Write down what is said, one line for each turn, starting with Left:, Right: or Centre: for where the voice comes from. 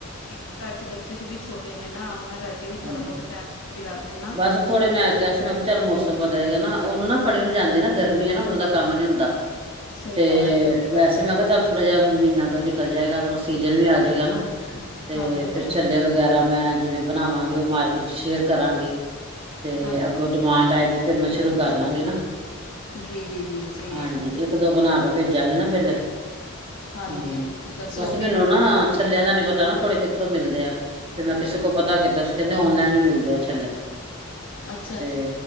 Left: ਇੱਕ ਘਰ 'ਚ ਬੱਚੇ ਚ ਵੀ ਛੋਟੇ ਨੇ ਨਾ ਉਹਨਾਂ ਕਰ ਵੀ
Right: ਹਾਂਜੀ।
Left: ਥੋੜਾ ਬਹੁਤ ਟਾਈਮ ਘੱਟ ਈ ਲੱਗਦਾ ਨਾ।
Right: ਬਸ ਥੋੜੇ ਮੈਂ ਕਿਹਾ ਸੀ ਮੈਂ ਕਿਹਾ ਚਲ ਮੌਸਮ ਬਦਲੇਗਾ ਨਾ ਉਹਨੂੰ ਨਾ ਫੜੀ ਜਾਂਦੀ ਨਾ ਗਰਮੀ ਹੈ ਨਾ ਉਹਨੂੰ ਦਾ ਕੰਮ ਨੀ ਹੁੰਦਾ।
Left: ਸਹੀ
Right: ਤੇ
Left: ਗੱਲ ਹੈ ਗਰਮੀ
Right: ਵੈਸੇ
Left: ਬੜੀ ਜ਼ਿਆਦਾ
Right: ਮੈਂ ਕਿਹਾ ਚੱਲ ਥੋੜਾ ਜਿਹਾ ਮਹੀਨਾ ਤੋਂ ਨਿਕਲ ਜਾਏਗਾ ਤਾਂ ਸੀਜਨ ਵੀ ਆ ਜਾਏਗਾ ਨਾ। ਤੇ
Left: ਹਾਂਜੀ,
Right: ਫਿਰ
Left: ਹਾਂਜੀ,
Right: ਛੱਲੇ ਵਗੈਰਾ ਮੈਂ ਜਿਵੇਂ ਬਣਾਵਾਂਗੀ ਮਾਰਕੀਟ 'ਚ ਸ਼ੇਅਰ ਕਰਾਂਗੀ। ਤੇ
Left: ਹਾਂਜੀ।
Right: ਅੱਗੋਂ ਡਿਮਾਂਡ ਆਏਗੀ ਫੇਰ ਮੈਂ ਸ਼ੁਰੂ ਕਰ ਲਾਂਗੀ ਨਾ।
Left: ਜੀ-ਜੀ-ਜੀ ਸਹੀ
Right: ਹਾਂਜੀ
Left: ਹੈ।
Right: ਇੱਕ ਬਣਾ ਕੇ ਭੇਜਾਂਗੇ ਨਾ ਪਹਿਲੇ
Left: ਹਾਂਜੀ,
Right: ਹੂੰ
Left: ਹਾਂਜੀ
Right: ਬਸ
Left: ਉਹੀ
Right: ਮੈਨੂੰ ਨਾ ਛੱਲਿਆਂ ਦਾ ਨੀ ਪਤਾ ਨਾ ਥੋੜੇ ਕਿੱਥੋਂ ਮਿਲਦੇ ਆ ਫ ਮੈਂ ਕਿਸੇ ਕੋਲ ਪਤਾ ਕੀਤਾ ਕੀਤਾ ਸੀ ਕਹਿੰਦੇ ਓਨਲਾਈਨ ਹੀ ਮਿਲਦੇ ਆ ਛੱਲੇ
Left: ਅੱਛਾ, ਅੱਛਾ
Right: ਤੇ